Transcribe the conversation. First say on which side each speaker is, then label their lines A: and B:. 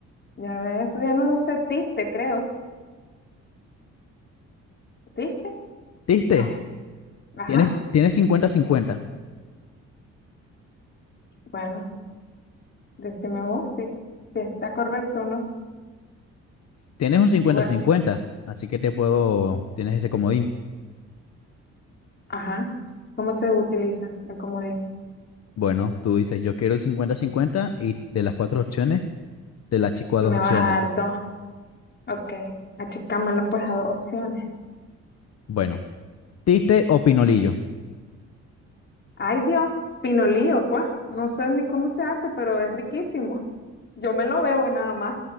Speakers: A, on the left (about 35°); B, on the left (about 55°).
A: Ya no- eso ya no lo sé. Tiste, creo. ¿Tiste?
B: ¿Tiste?
A: No. Ajá.
B: Tienes, tienes cincuenta cincuenta
A: Bueno, decime vos si, si está correcto o no.
B: Tienes un cincuenta
A: Bueno,
B: cincuenta así que te puedo, tienes ese comodín.
A: ajá. ¿Cómo se utiliza el comodín?
B: Bueno, tú dices, yo quiero el cincuenta cincuenta y de las cuatro opciones, te la chico a
A: Me
B: dos opciones.
A: va a dar dos. Ok. Achicámelo pues a dos opciones.
B: Bueno, ¿tiste o pinolillo?
A: Ay, Dios. Pinolío, pues. No sé ni cómo se hace, pero es riquísimo. Yo me lo bebo nada más.